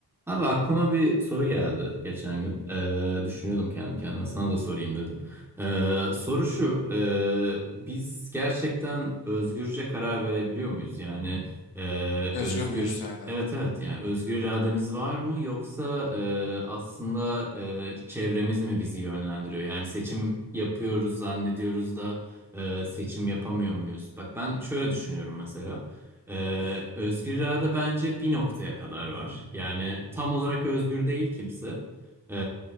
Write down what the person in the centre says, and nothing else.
Abi aklıma bir soru geldi geçen gün. Ee, düşünüyordum kendi kendime. Sana da sorayım dedim. Ee, soru şu. ee, biz gerçekten özgürce karar verebiliyor muyuz? Yani ee,
özgür...
Evet evet yani özgür irademiz var mı yoksa ee, aslında ee, çevremiz mi bizi yönlendiriyor? Yani seçim yapıyoruz zannediyoruz da ee, seçim yapamıyor muyuz? Bak ben şöyle düşünüyorum mesela. Ee, özgür irade bence bir noktaya kadar var. Yani tam olarak özgür değil kimse. Ee,